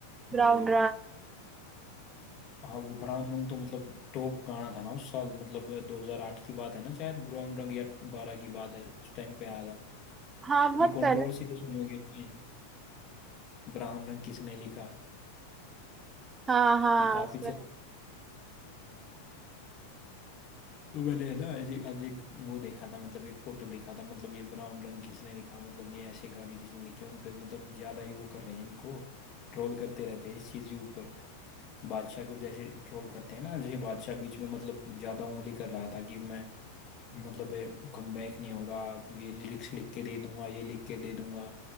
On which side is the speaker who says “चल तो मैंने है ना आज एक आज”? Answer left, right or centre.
Left